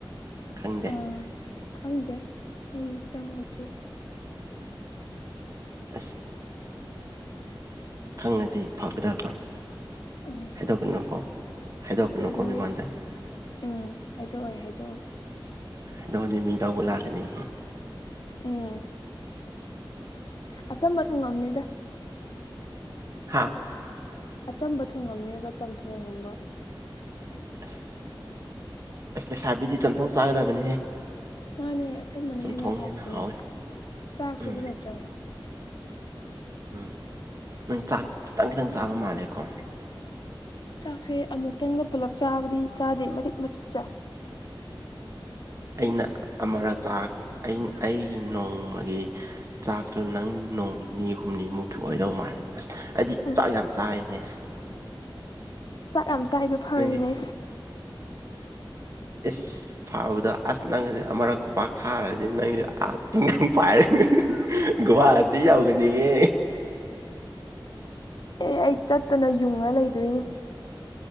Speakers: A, on the right; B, on the left.
A: ꯈꯪꯗꯦ
B: ꯑꯥ ꯈꯪꯗꯦ ꯑꯩ ꯆꯪꯉꯨꯗ꯭ꯔꯤ
A: ꯑꯁ ꯈꯪꯉꯗꯤ ꯐꯒꯗꯕ
B: ꯑꯥ
A: ꯍꯥꯏꯗꯣꯛꯀꯅꯨꯀꯣ ꯍꯥꯏꯗꯣꯛꯀꯅꯨꯀꯣ
B: ꯍꯥꯏꯗꯣꯛꯑꯣ
A: ꯃꯤꯉꯣꯟꯗ
B: ꯎꯝ ꯍꯥꯏꯗꯣꯛꯑꯣꯏ ꯍꯥꯏꯗꯣꯛꯑꯣꯏ
A: ꯍꯥꯏꯗꯣꯑꯗꯤ ꯃꯤ ꯂꯧꯕ ꯂꯥꯛꯀꯅꯤ
B: ꯎꯝ ꯑꯆꯝꯕ ꯊꯣꯡꯉꯝꯅꯤꯗ
A: ꯍꯥꯥ
B: ꯑꯆꯝꯕ ꯊꯣꯡꯉꯝꯅꯦꯕ ꯆꯝꯊꯣꯡꯒꯨꯝꯕ
A: ꯑꯁ ꯑꯁ ꯂꯩꯁꯥꯕꯤꯗꯤ ꯆꯝꯊꯣꯡ ꯆꯥꯒꯗꯕꯅꯤꯍꯦ
B: ꯃꯥꯅꯦ ꯑꯆꯝꯕꯅ
A: ꯆꯝꯊꯣꯡ
B: ꯍꯦꯟꯅ ꯍꯥꯎꯄꯅꯦ
A: ꯍꯥꯎꯋꯦ
B: ꯆꯥꯛ ꯁꯨ
A: ꯎꯝ
B: ꯑꯗꯨꯅ ꯆꯪꯉꯦ
A: ꯎꯝ ꯅꯪ ꯆꯥꯛ ꯈꯤꯇꯪ ꯈꯤꯇꯪ ꯆꯥꯕ ꯃꯥꯜꯂꯦꯀꯣ
B: ꯆꯥꯛꯁꯦ ꯑꯃꯨꯛꯇꯪꯗ ꯄꯨꯂꯞ ꯆꯥꯕꯗꯤ ꯆꯥꯗꯦ ꯃꯆꯤꯠ ꯃꯆꯤꯠ ꯆꯥꯏ
A: ꯑꯩꯅ ꯑꯃꯔꯛꯂ ꯑꯩ ꯑꯩ ꯅꯣꯡꯃꯒꯤ ꯆꯥꯛꯇꯨ ꯅꯪ ꯅꯣꯡ ꯅꯤꯅꯤ ꯍꯨꯝꯅꯤꯃꯨꯛꯀꯤ ꯑꯣꯏꯗꯧ ꯃꯥꯜꯂꯦ ꯑꯁ ꯑꯩꯗꯤ
B: ꯎꯝ
A: ꯆꯥꯛ ꯌꯥꯝ ꯆꯥꯏꯍꯦ꯫
B: ꯆꯥꯛ ꯌꯥꯝ ꯆꯥꯏꯗꯣ ꯐꯔꯤꯅꯦ꯫
A: ꯅꯪꯗꯤ ꯑꯦꯁ ꯊꯥꯕꯗ ꯑꯁ ꯅꯪꯁꯦ ꯑꯃꯨꯔꯛ ꯈꯨꯄꯥꯛ ꯊꯥꯔꯗꯤ ꯅꯪꯁꯦ ꯑꯥ ꯇꯤꯡꯉ ꯄꯥꯏꯔꯦ ꯒꯨꯋꯥꯍꯥꯇꯤ ꯌꯥꯎꯒꯅꯤꯌꯦ꯫
B: ꯑꯦ ꯑꯩ ꯆꯠꯇꯅ ꯌꯨꯡꯉ ꯂꯩꯗꯣꯏꯅꯤ꯫